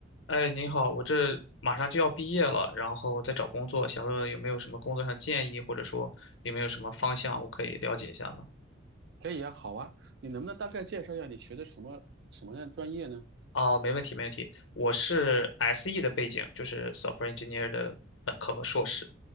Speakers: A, on the left; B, on the right.
A: 哎，您好，我这马上就要毕业了，然后在找工作，想问问有没有什么工作上建议，或者说有没有什么方向我可以了解一下呢？
B: 可以啊，好啊，你能不能大概介绍一下你学的什么什么样的专业呢？
A: 哦，没问题，没问题。我是 SE 的背景，就是 software engineer 的本科和硕士。